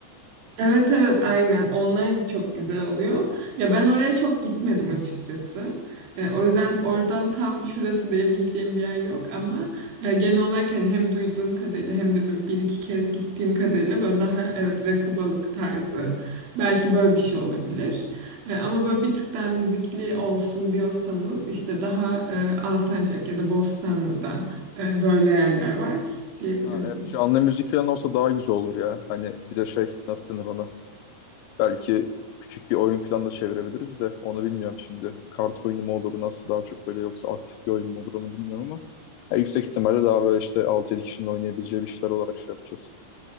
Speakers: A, on the right; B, on the left.
A: Evet evet aynen onlar çok güzel oluyor. Ya ben oraya çok gitmedim açıkçası. E, o yüzden oradan tam şurası diyebileceğim bir yer yok ama e, genel olarak hani hem duyduğum kadarıyla hem de böyle bir iki kez gittiğim kadarıyla böyle daha evet rakı balık tarzı belki böyle bir şey olabilir. E, ama böyle bir tık daha müzikli olsun diyorsanız işte daha e, Alsancak ya da Bostanlı'da e, böyle yerler var diyebiliyorum.
B: Ha evet canlı müzik falan olsa daha güzel olur ya. Hani bir de şey nasıl denir ona? Belki küçük bir oyun falan da çevirebiliriz de onu bilmiyorum şimdi. Kart oyunu mu olur nasıl daha çok böyle yoksa aktif bir oyun mu olur onu bilmiyorum ama ya yüksek ihtimalle daha böyle işte 6-7 kişinin oynayabileceği bir şeyler olarak şey yapacağız.